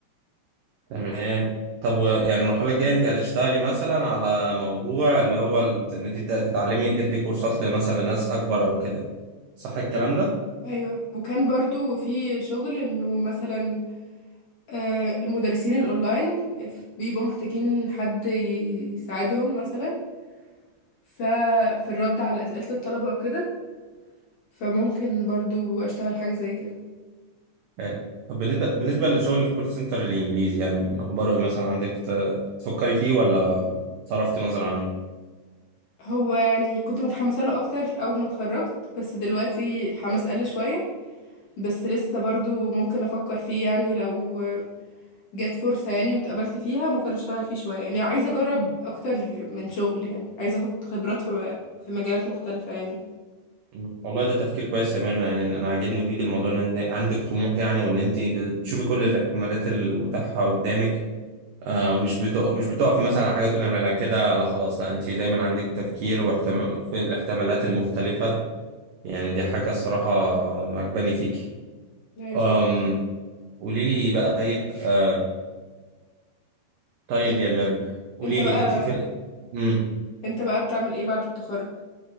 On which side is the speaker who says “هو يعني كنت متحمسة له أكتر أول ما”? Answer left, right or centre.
Left